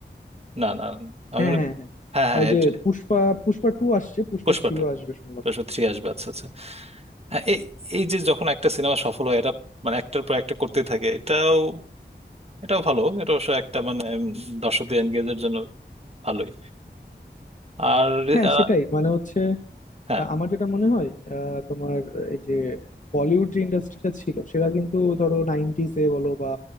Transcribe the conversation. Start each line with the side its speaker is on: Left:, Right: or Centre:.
Right: না না না। আমি
Left: হ্যাঁ
Right: মানে
Left: হ্যাঁ হ্যাঁ
Right: হ্যাঁ হ্যাঁ
Left: ওই
Right: এটা
Left: যে পুষ্পা পুষ্পা টু আসছে পুষ্পা
Right: পুষ্পা
Left: থ্রিও
Right: টু
Left: আসবে শুনলাম
Right: পুষ্পা থ্রি আসবে আচ্ছা আচ্ছা হ্যাঁ এই এই যে যখন একটা সিনেমা সফল হয় এটা মানে একটার পর একটা করতে থাকে এটাও এটাও ভালো এটা অবশ্য একটা মানে উম, দর্শকদের এনগেজের জন্য ভালোই আর
Left: হ্যাঁ
Right: আহ,
Left: সেটাই মানে হচ্ছে
Right: হ্যাঁ
Left: আহ, আমার যেটা মনে হয় আহ, তোমার এই যে বলিউড যে ইন্ডাস্ট্রিটা ছিল সেটা কিন্তু ধরো নাইনটিস এ বলো বা